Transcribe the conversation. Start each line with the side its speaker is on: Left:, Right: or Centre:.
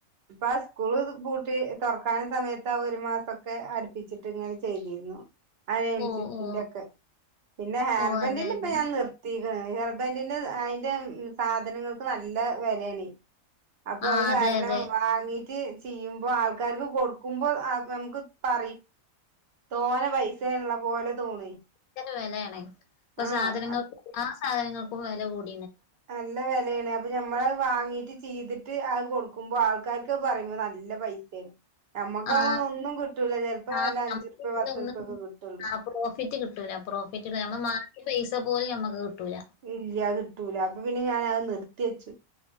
Right: ഇപ്പ ആ സ്കൂള് പൂട്ടി തുറക്കാന സമയത്ത് ആ ഒരു മാസോക്കെ അടുപ്പിച്ചിട്ട് ഇങ്ങനെ ചെയ്തിരുന്നു
Left: <inaudible>
Right: അന സഫിന്റെ
Left: ഓ
Right: ഒക്കെ പിന്നെ ഹെയർബെൻറിന്റെ
Left: ഓ അതെ അതെ
Right: ഇപ്പ ഞാൻ നിർത്തി ഹെയർബെൻറി അതിന്റെ സാധനങ്ങൾക്ക് നല്ല വരിണി അപ്പൊ
Left: ആ
Right: അത്
Left: അതെ
Right: കാരണം
Left: അതെ
Right: വാങ്ങി ചെയ്യുമ്പോ ആൾക്കാർക്ക് കൊടുക്കുമ്പോ നമുക്ക് പറയും തോനെ പൈസ ഉള്ള പോലെ തോണി
Left: ഭ വിലയാണ് ഇപ്പൊ
Right: ആഹ്
Left: സാധനങ്ങൾക്കും
Right: അപ്
Left: എല്ലാ സാധനങ്ങൾക്കും വില കൂട
Right: നല്ല വിലയാണ് അപ്പഞമ്മള വാങ്ങീട്ട് ചെയ്തിട്ട് അത് കൊടുക്കുമ്പോ ആൾക്കാർക്കൊക്കെ പറയുമ്പോ നല്ല പൈസയാണ് നമ്മുക്ക്വന്ന
Left: ആ
Right: ഒന്നും കിട്ടൂില്ല ചിലപ്പോ
Left: ആ
Right: വല്ല
Left: നമുക്ക്
Right: അഞ്ചുർപ്യേ
Left: ഇതിലൊന്നും
Right: പത്തുർപയൊക്കെ കിട്ടയുള്ളൂ
Left: ആ പ്രോഫിറ്റ് കിട്ടൂല പ്രോഫിറ്റ് നമ്മൾ മാറ്റി പൈസ പോലും നമ്മുക്ക് കിട്ടൂല
Right: ഇല്ല കിട്ടൂല അപ്പൊ പിന്നെ ഞാാന അത് നിർത്തി വെച്ചു